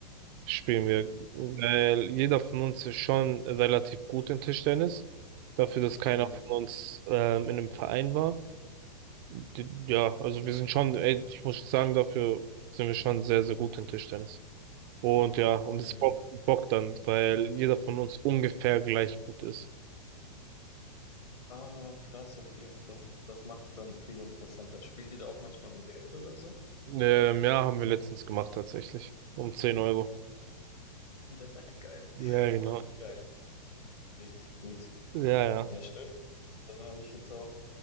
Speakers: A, on the right; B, on the left.
A: spielen wir, weil jeder von uns ist schon relativ gut in Tischtennis. Dafür, dass keiner
B: Mhm.
A: von uns ähm, in einem Verein war. D- Ja, also wir sind schon, ey, ich muss sagen, dafür sind wir schon sehr, sehr gut in Tischtennis. Und ja, und es
B: Mhm.
A: bockt, bockt dann, weil jeder von uns ungefähr gleich gut ist.
B: Ah, krass, okay. Das ist, das macht es dann viel interessanter. Spielt ihr da auch manchmal um Geld oder so?
A: Ähm, ja, haben wir letztens gemacht tatsächlich. Um 10 Euro.
B: <laughs> Geil.
A: Ja, genau.
B: Geil. Richtig gut.
A: Ja, ja.
B: Ja, schön. Dann habe ich jetzt auch